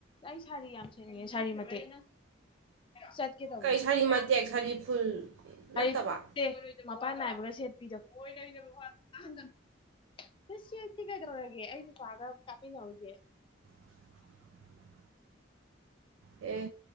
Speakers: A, on the left (about 25°); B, on the right (about 75°).
A: ꯑꯩ ꯁꯥꯔꯤ ꯌꯥꯝ ꯁꯦꯅꯤꯡꯉꯦ ꯁꯥꯔꯤ ꯃꯇꯦꯛ ꯆꯠꯀꯦ ꯇꯧꯅꯦꯔꯤ
B: ꯀꯩ ꯁꯥꯔꯤ ꯃꯇꯦꯛ ꯁꯥꯔꯤ ꯐꯨꯜ ꯅꯠꯇꯕ
A: ꯃꯄꯥꯟ ꯅꯥꯏꯕꯒ ꯁꯦ ꯗ ꯍꯣꯏꯅꯗꯕꯍ ꯍꯪꯗ ꯁꯤꯁꯤ ꯀꯩꯗꯧꯔꯒꯦ ꯑꯩ ꯄꯥꯒꯔ ꯇꯥꯃꯤꯟꯅꯔꯒꯦ
B: <inaudible> ꯑꯦ